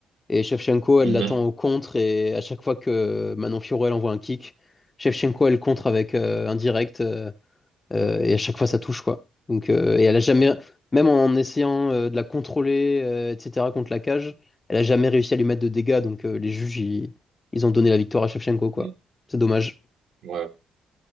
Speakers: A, on the left (about 25°); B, on the right (about 70°).
A: Et Shevchenko, elle
B: Mhm.
A: l'attend au contre. Et à chaque fois que Manon Fiorot, elle envoie un kick, Shevchenko, elle contre avec euh, un direct. euh, Euh, et à chaque fois, ça touche, quoi. Donc, euh, et elle a jamais, même en essayant euh, de la contrôler, euh, etc., contre la cage, elle a jamais réussi à lui mettre de dégâts. Donc, euh, les juges, ils, ils ont donné la victoire à Shevchenko, quoi.
B: Mhm.
A: C'est dommage.
B: Ouais.